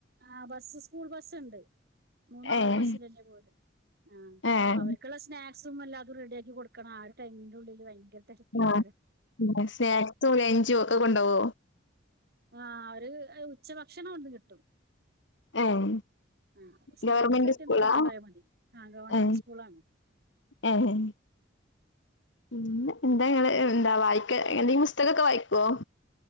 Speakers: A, on the right (about 55°); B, on the left (about 75°).
A: ആഹ് ബസ്സ് സ്കൂൾ ബസ്ണ്ട് മൂന്നാളും
B: ഏഹ്
A: ബസ്സിലെന്നാ പോല്.. ആഹ്
B: ഏഹ്
A: പ്പ വർക്കുള്ള സ്നാക് നും എല്ലാതും റെഡിയാക്കി കൊടുക്കണം. ആ ഒരു ടൈമിന്റുള്ളില് ഭയങ്കര തിരക്കേക്കാരം
B: ആഹ് സ്നാക്സും ലഞ്ചും ഒക്കെ കൊണ്ടോവോ?
A: ആഹ് അവര് എ ഉച്ചഭക്ഷണം അവിടുന്ന് കിട്ടും
B: ഏഹ്
A: ആഹ് സ്നാക്സായിട്ടെന്തെലും
B: ഗവർമെന്റ് സ്കൂളാ?
A: കൊണ്ടോയാ മതി. ആഹ് ഗവൺമെന്റ്
B: ഏഹ്
A: സ്കൂളാണ്.
B: ഏഹ് <unintelligible> എന്താ നിങ്ങള് ന്താ വായിക്ക എന്തെ പുസ്തകമൊക്കെ വായിക്കോ?